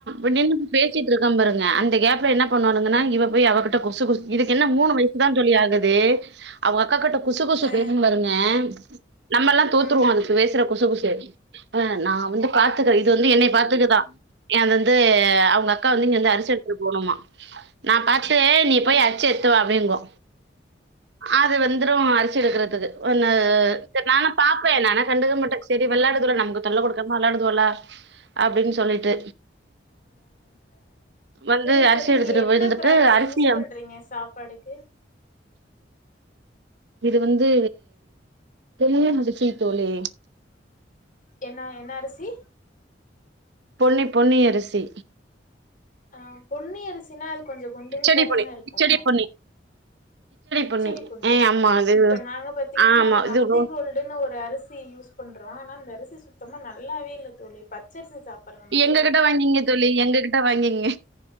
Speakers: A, on the right; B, on the left.
A: இப்டின்னு பேசிட்டு இருக்கே பாருங்க அந்த கேப்ல என்ன பண்ணுவானுங்கன்னா இவ போய் அவகிட் ட கொசு கொசு இதுக்கு என்ன மூணு வய் சு தா தோழி ஆகுது அவுங்க அக்கா கிட்ட குசு குசு
B: அ
A: பேசு பாருங்க நம்ம எல்லா தோத்துருவோ
B: அ
A: அது பேசுற குசு குசு ஆ நா வந்து பாத்துக்கிறே இது வந்து என்னை பாத்துக்குதா ஏ அது வந்து அவுங்க அக்கா வந்து இங்க வந்து அரிசி எடுத்துட்டு போணுமா நா பாத்து நீ போய் அர்சி எத்துவா அப்டிங்கு அது வந்துடு அரிசி எடுக்குறதுக்கு ஒன்னு செரி நானு பாப்பே நா ஆன கண்டுக்க மாட்டேன் செரி விள்ளாடுதுவோல நமக்கு தொல்ல குடுக்காம விள்ளாடுதுவோல அப்டின் சொல்லிட்டு
B: ம் ம் ஆ
A: வந்து
B: சேரி
A: அரிசி
B: தோழி நீங்க
A: எடுத்துட்டு
B: என்ன
A: வந்துட்டு
B: ப்ராண்ட்
A: அரிசிய
B: யூஸ் பண்றீங்க சாப்பாடுக்கு
A: இது வந்து பொன்னி முடிச்சி தோழி
B: என்ன என்ன அரிசி
A: பொன்னி பொன்னி அரிசி
B: ஆ பொன்னி அரிசினா அது கொஞ்ச குண்டு
A: கிச்சடி
B: குண்டாதானே
A: பொன்னி
B: இருக்கு
A: கிச்சடி பொன்னி
B: கிச்சடி
A: பொன்னி
B: பொன்னியா
A: ஏ ஆமா அது
B: இப்ப நாங்க பாத்தீங்கன்னா
A: ஆமா.
B: நந்திகோல்
A: இது ரொ
B: டுன்னு ஒரு அரிசி யூஸ் பண்ணறோ ஆனா அந்த அரிசி சுத்தமா நல்லாவே இல்ல தோழி பச்சரிசி சாப்ட்ற மாதிரி
A: எங்ககிட்ட
B: இருக்கு
A: வாங்கிங்க தோழி எங்ககிட்ட வாங்கிங்க